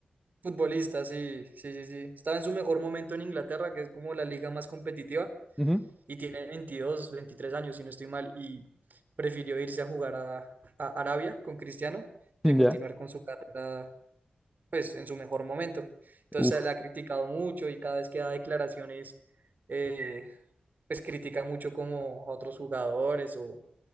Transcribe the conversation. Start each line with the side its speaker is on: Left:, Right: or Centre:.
Right: futbolista, sí, sí, sí, sí. Estaba en su mejor momento en Inglaterra, que es como la liga más competitiva,
Centre: Ujú.
Right: y tiene 22, 23 años, si no estoy mal, y prefirió irse a jugar a, a Arabia con Cristiano que
Centre: <laughs>
Right: continuar
Centre: Ya.
Right: con su carrera pues en su mejor momento. Entonces
Centre: Uf.
Right: la ha criticado mucho y cada vez que da declaraciones, eh, pues critica mucho como a otros jugadores o,